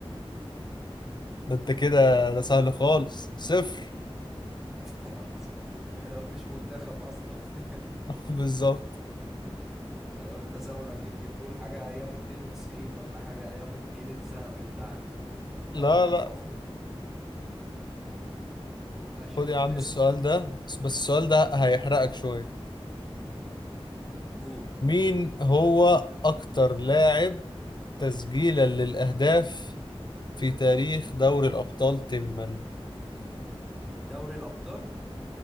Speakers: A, on the left (about 45°); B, in the centre.
A: ده انت كده ده سهل خالص صفر
B: <laughs> حصل احنا ما فيش منتخب أصلا <laughs>
A: <laughs> بالظبط
B: أنا قلت أزاولك يمكن تقول حاجة أيام 92 ولا حاجة أيام الجيل الذهبي بتاعنا لما خدوا
A: لا
B: حاجات
A: لا
B: في أفريقيا ماشي
A: خد
B: يا باشا
A: يا عم
B: اسأل
A: السؤال ده بس السؤال ده هيحرقك شوية
B: قول
A: مين هو أكتر لاعب تسجيلا للأهداف في تاريخ دوري الأبطال تما؟
B: دوري الأبطال